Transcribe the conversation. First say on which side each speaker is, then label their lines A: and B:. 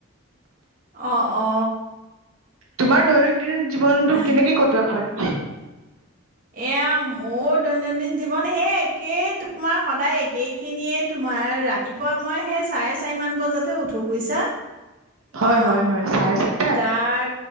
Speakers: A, on the right (about 40°); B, on the right (about 85°).
A: অ অ।
B: তোমাৰ দৈনন দিন। জীৱনটোক
A: বাহ।
B: কেনেকে কটোৱা হয়?
A: এয়া, মোৰ দৈনন্দিন জীৱন সেই একে তোমাৰ সদায় একে খিনিয়ে তোমাৰ ৰাতিপুৱা মই সেই চাৰে চাৰিমান বজাতহে উঠো বুইছা।
B: হয়
A: অ,
B: হয় হয় চাৰে চাৰিটাত
A: তাৰ